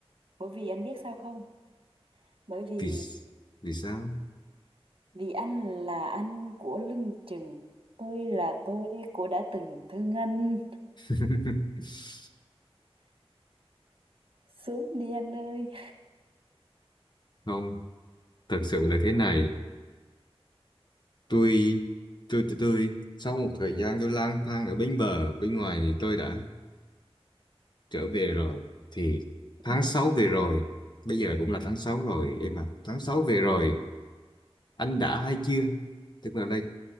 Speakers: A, on the right; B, on the left.
A: Bởi vì anh biết sao không? Bởi vì
B: vì s- vì sao
A: Vì anh là anh của lưng chừng, tôi là tôi của đã từng thương anh.
B: <laughs>
A: Xuống đi anh ơi.
B: không thật sự là thế này tôi tôi tôi, tôi sau một thời gian tôi lang thang ở bến bờ bên ngoài thì tôi đã trở về rồi thì tháng
A: Ừ.
B: 6 về rồi bây giờ cũng là tháng 6 rồi em ạ tháng 6 về
A: Ừ.
B: rồi anh đã hay chưa tức là đây